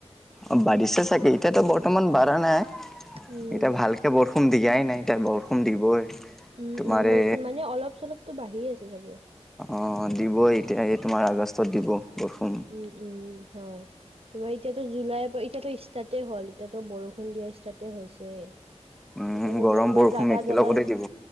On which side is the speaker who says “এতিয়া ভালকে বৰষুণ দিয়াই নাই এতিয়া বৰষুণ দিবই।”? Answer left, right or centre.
Centre